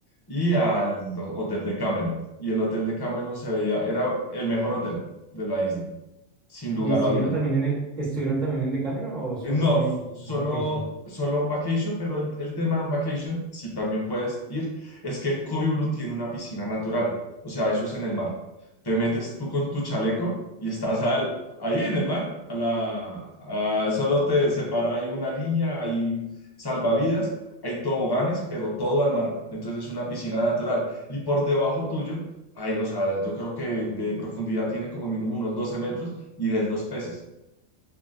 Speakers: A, on the left (about 30°); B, on the right (about 35°).
A: y al hotel de Cameron. Y el hotel de Cameron se veía, era el mejor hotel de la isla. sin lugar
B: ¿Y estuvieron
A: a duda.
B: también en el, estuvieron también en cameron o solo
A: No,
B: en el
A: solo,
B: On Vacation?
A: solo On Vacation, pero el, el tema de On Vacation, si también puedes ir, es que el Kobe Blue tiene una piscina natural, o sea, eso es en el mar. Te metes tú con tu chaleco y estás al- ahí en el mar, a la, a- solo te separa ahí una línea, hay salvavidas, hay toboganes, pero todo al mar, entonces es una piscina natural. Y por debajo tuyo, hay, o sea, yo creo que de profundidad tiene como mínimo unos 12 metros y ves los peces.